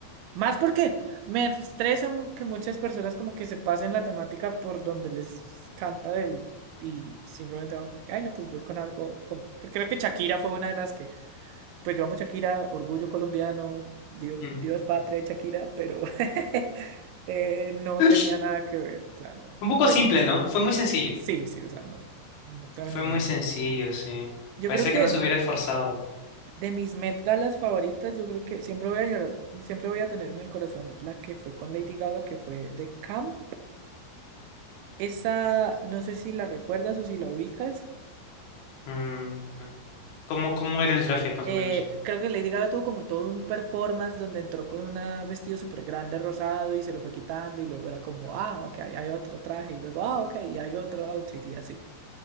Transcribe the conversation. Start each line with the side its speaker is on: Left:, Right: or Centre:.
Right: Más porque me estresa mu- que muchas personas como que se pasen la temática por donde les canta del, y simplemente van como que, ay, no, pues voy con algo. con-". Creo que Shakira fue una de las que pues yo amo Shakira, orgullo colombiano, Dios,
Left: Mm.
Right: Dios patria y Shakira, pero <laughs> eh, no
Left: <laughs>
Right: tenía nada que ver, o sea, no,
Left: Un poco
Right: fue,
Left: simple, ¿no? Fue muy sencillo.
Right: sí, sí, o sea, no, no tengo
Left: Fue
Right: ni idea.
Left: muy sencillo, sí.
Right: Yo
Left: Parecía
Right: creo que
Left: que no se hubiera esforzado.
Right: de mis Met Galas favoritas, yo creo que siempre voy a, llorar- siempre voy a tener en el corazón la que fue con Lady Gaga, que fue de Camp. Esa, no sé si la recuerdas o si la ubicas.
Left: Mm, ¿cómo, cómo era el traje, más
Right: Eh,
Left: o menos?
Right: creo que Lady Gaga tuvo como todo un performance donde entró con un vestido súper grande rosado y se lo fue quitando y luego era como, ah, ok, hay otro traje y luego, ah, ok, y hay otro outfit y así.